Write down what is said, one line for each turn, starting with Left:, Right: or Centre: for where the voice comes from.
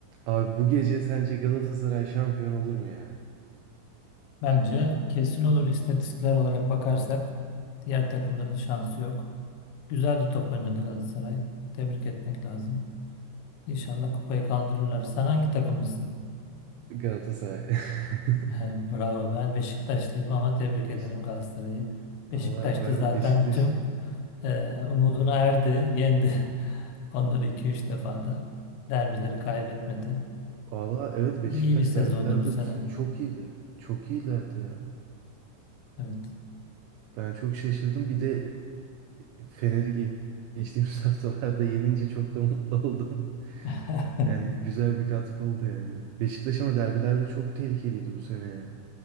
Right: Abi bu gece sence Galatasaray şampiyon olur mu ya?
Left: Bence kesin olur. İstatistikler olarak bakarsak diğer takımların şansı yok. Güzel de top oynadı Galatasaray. Tebrik etmek lazım. İnşallah kupayı kaldırırlar. Sen hangi takımlısın?
Right: Galatasaray. <laughs>
Left: He, Bravo. Ben Beşiktaşlıyım ama tebrik
Right: Beşiktaş.
Left: ederim Galatasaray'ı.
Right: Valla
Left: Beşiktaş
Right: ben
Left: da zaten
Right: Beşiktaş...
Left: tüm e, umuduna erdi, yendi. <laughs> Onları iki üç defa da derbileri kaybetmedi.
Right: Valla evet Beşiktaş
Left: İyi bir sezondu
Right: derbilerde
Left: bu sene.
Right: bu sene çok iyiydi. Çok iyilerdi ya.
Left: Evet.
Right: Ben çok şaşırdım. Bir de e, Fener'i ge- geçtiğimiz <laughs> haftalarda yenince çok da mutlu oldum. <laughs>
Left: <laughs>
Right: Yani güzel bir katkı oldu yani. Beşiktaş ama derbilerde çok tehlikeliydi bu sene ya.